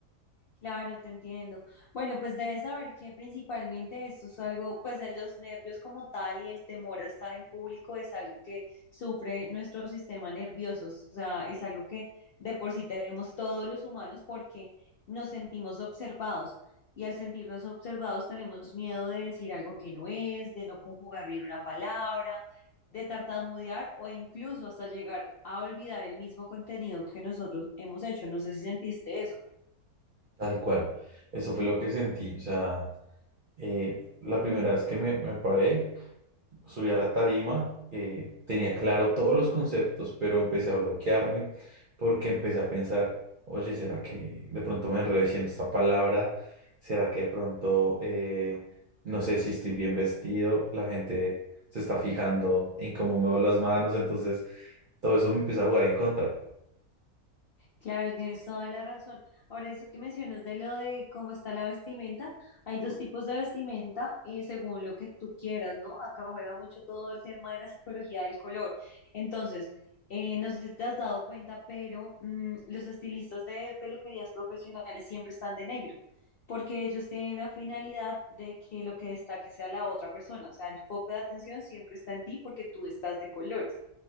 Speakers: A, on the left (about 80°); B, on the right (about 70°).
A: Claro, te entiendo. Bueno, pues debes saber que principalmente esto es algo, pues en los nervios como tal y el temor a estar en público es algo que sufre nuestro sistema nervioso, o sea, es algo que de por sí tenemos todos los humanos porque nos sentimos observados y al sentirnos observados tenemos miedo de decir algo que no es, de no conjugar bien una palabra, de tartamudear o incluso hasta llegar a olvidar el mismo contenido que nosotros hemos hecho. No sé si sentiste eso.
B: tal cual. Eso fue lo que sentí, o sea, Eh, la primera vez que me, me paré, subí a la tarima, eh, tenía claro todos los conceptos, pero empecé a bloquearme porque empecé a pensar, oye, ¿será que de pronto me enredo diciendo esta palabra? ¿Será que de pronto, eh, no sé si estoy bien vestido? La gente se está fijando en cómo muevo las manos, entonces todo eso me empieza a jugar en contra.
A: Claro, tienes toda la razón. Ahora, eso que mencionas de lo de cómo está la vestimenta, hay dos tipos de vestimenta eh, según lo que tú quieras, ¿no? Acá juega mucho todo el tema de la psicología del color. Entonces, eh, no sé si te has dado cuenta, pero mm, los estilistas de peluquerías profesionales siempre están de negro, porque ellos tienen la finalidad de que lo que destaque sea la otra persona, o sea, el foco de atención siempre está en ti porque tú estás de colores.